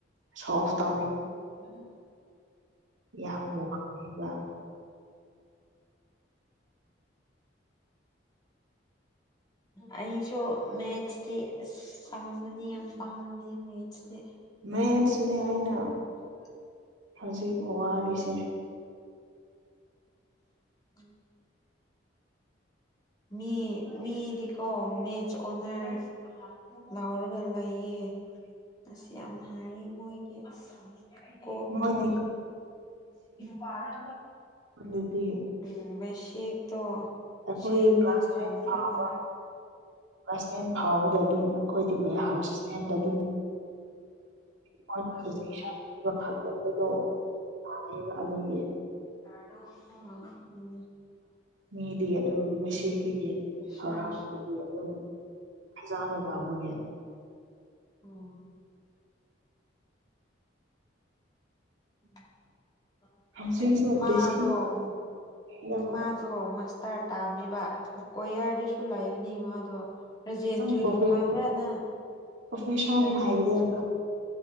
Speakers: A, on the right; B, on the left.
A: ꯁꯁꯇ
B: <unintelligible>
A: ꯌꯥꯝ ꯋꯥꯕ
B: ꯑꯩꯁꯨ ꯃꯦꯠꯁꯇꯤ ꯑꯁ ꯄꯥꯡꯉꯅꯤ ꯌꯥꯝ ꯄꯥꯡꯉꯨꯅꯤ ꯃꯦꯠꯁꯇꯤ
A: ꯃ ꯁꯅ ꯑꯥꯏꯅ
B: <unintelligible>
A: ꯍꯧꯖꯤꯕꯨ ꯋꯥꯔꯤꯁꯦ
B: ꯎꯝ ꯃꯤ ꯃꯤꯗꯤꯀꯣ ꯃꯦꯠꯁ ꯑꯣꯅꯔ ꯂꯧꯔꯒ ꯂꯩꯌꯦ ꯑꯁꯤ ꯌꯥꯝ ꯍꯥꯏꯔ ꯃꯣꯏꯒꯤ ꯀꯣꯛꯣ
A: ꯃꯣꯏꯗꯤ
B: ꯋꯥꯔ
A: ꯑꯗꯨꯗꯗꯤ
B: ꯎꯝ ꯕꯦꯁꯦꯛꯇꯣ
A: ꯑꯩꯈꯣꯏ
B: ꯁꯦꯡꯅ
A: ꯀ꯭ꯂꯥꯁ
B: ꯈꯥꯡꯈ꯭ꯔꯦꯕ
A: ꯇꯦꯟ ꯐꯥꯎꯕ ꯀ꯭ꯂꯥꯁ ꯇꯦꯟ ꯐꯥꯎꯕꯗ ꯑꯗꯨꯝ ꯑꯩꯈꯣꯏꯗꯤꯕꯍꯔꯠ ꯁꯤꯁꯇꯦꯝꯗ ꯑꯗꯨꯝ ꯃꯣꯏꯅꯦꯛꯁꯟ
B: ꯎꯝ
A: ꯄꯤꯕ ꯈꯄꯗꯣ ꯋꯥꯌꯦꯕ ꯑꯗꯨꯒꯤ
B: ꯎꯝ
A: ꯃꯤꯗꯤ ꯑꯗꯨꯝ ꯁ ꯑꯗꯒꯤ
B: ꯔꯤꯁꯥꯔꯁ
A: ꯍꯔꯥꯎꯄꯒꯤ ꯑꯗꯨꯝ ꯐꯖꯅ ꯇꯥꯎꯕꯒꯤ
B: ꯑꯣ <unintelligible>
A: ꯍꯧꯖꯤꯛꯁꯨ
B: ꯃꯥꯗꯣꯝ
A: ꯕꯦꯁꯤꯛ ꯅꯪ
B: ꯃꯥꯗꯣꯝ ꯑꯁꯇꯥ ꯇꯥꯝꯃꯤꯕ ꯀꯣꯌꯥꯔꯗꯁꯨ ꯂꯩꯕꯅꯤ ꯃꯥꯗꯣ ꯔꯥꯖꯦꯟꯗꯨꯗꯤ
A: ꯅꯪ ꯄ꯭ꯔꯣꯐꯦꯁ
B: ꯈꯥꯡꯕ꯭ꯔꯥꯅꯪ
A: ꯄ꯭ꯔꯣꯐꯦꯁꯔꯅꯤ
B: ꯔꯥꯖꯦꯟꯗꯨ
A: ꯍꯥꯏꯕꯗꯨꯔ